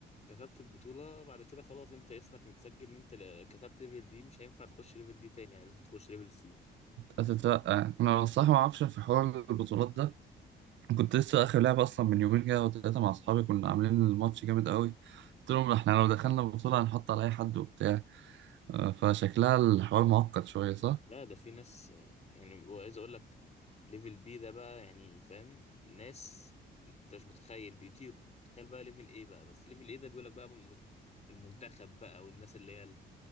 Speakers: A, on the left; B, on the right.
A: كسبت البطولة بعد كده خلاص انت اسمك متسجل ان انت ل- كسبت ليفل دي مش هينفع تخش ليفل دي تاني يعني لازم تخش ليفل سي
B: هتترقى انا صح ما اعرفش في حوار البطولات ده كنت لسه اخر لعبه اصلا من يومين كده وثلاثه مع اصحابي كنا عاملين الماتش جامد قوي قلت لهم احنا لو دخلنا البطوله هنحط على اي حد وبتاع آه، فشكلها الحوار معقد شويه صح
A: لا ده في ناس آه، يعني وعايز اقول لك ليفل بي ده بقى يعني فاهم ناس انت مش متخيل بيطيروا تخيل بقى ليفل ايه بقى بس ليفل ايه ده بيقول لك بقى من المت- المنتخب بقى والناس اللي هي